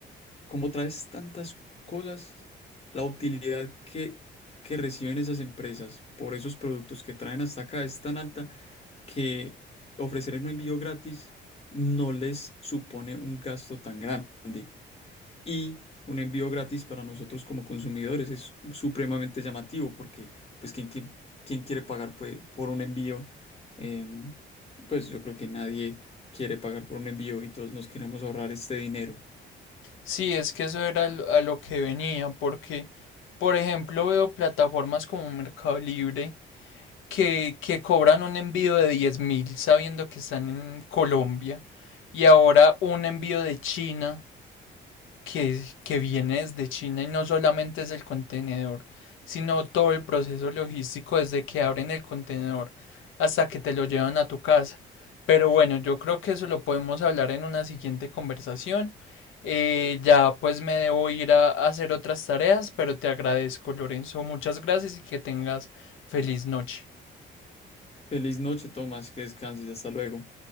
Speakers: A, on the left; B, on the left.
A: como traes tantas cosas, la utilidad que, que reciben esas empresas por esos productos que traen hasta acá es tan alta que ofrecer un envío gratis no les supone un gasto tan grande. Y un envío gratis para nosotros como consumidores es supremamente llamativo porque, pues, ¿quién, quién- quién quiere pagar pues, por un envío? Em, pues yo creo que nadie quiere pagar por un envío y todos nos queremos ahorrar este dinero.
B: Sí, es que eso era lo- a lo que venía, porque, por ejemplo, veo plataformas como Mercado Libre que, que cobran un envío de diez mil sabiendo que están en Colombia y ahora un envío de China que, que viene desde China y no solamente es el contenedor, sino todo el proceso logístico desde que abren el contenedor hasta que te lo llevan a tu casa. Pero bueno, yo creo que eso lo podemos hablar en una siguiente conversación. Eh, ya pues me debo ir a, a hacer otras tareas, pero te agradezco, Lorenzo. Muchas gracias y que tengas feliz noche.
A: Feliz noche, Tomás, que descanses, hasta luego.